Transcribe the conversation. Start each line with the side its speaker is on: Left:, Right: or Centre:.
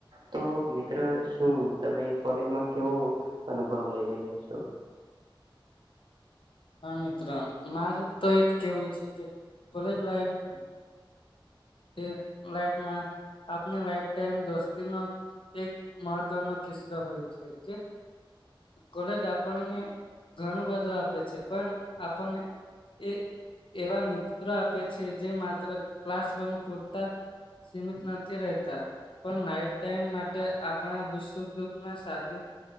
Right: તો મિત્ર શું તમે કોલેજમાં કેવો અનુભવ લઈ રહ્યા છો?
Left: હા મિત્રો મારે તો એજ કેવું છે કે કોલેજ લાઈફ તે લાઈફમાં આપણે લાઈફ ટાઇમ દોસ્તી નો એક મહત્વનો કિસ્સો હોય છે જે કોલેજ આપણને ઘણું બધું આપે છે પણ આપને એ એવા મિત્રો આપે છે જે માત્ર ક્લાસરૂમ પૂરતા સીમિત નથી રેહતા પણ નાઇટ ટાઈમ માટે આપણા દુખ સુખ દુખના સાથી-